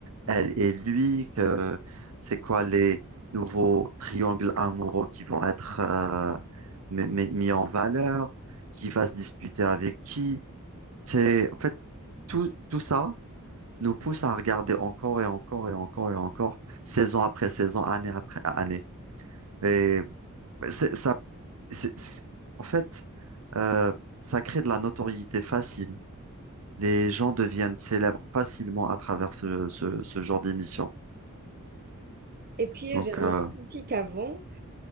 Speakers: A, on the right (about 70°); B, on the right (about 45°).
A: elle et lui, que c'est quoi les nouveaux triangles amoureux qui vont être euh, mi- mi- mis en valeur, qui va se disputer avec qui. C'est, en fait, tout, tout ça nous pousse à regarder encore et encore et encore et encore, saison après saison, année après année. Et c'est- ça c'est- c'est- en fait, euh, ça crée de la notoriété facile. Les gens deviennent célèbres facilement à travers ce, ce, ce genre d'émission.
B: Et puis,
A: Donc,
B: j'ai remarqué
A: euh,
B: aussi qu'avant,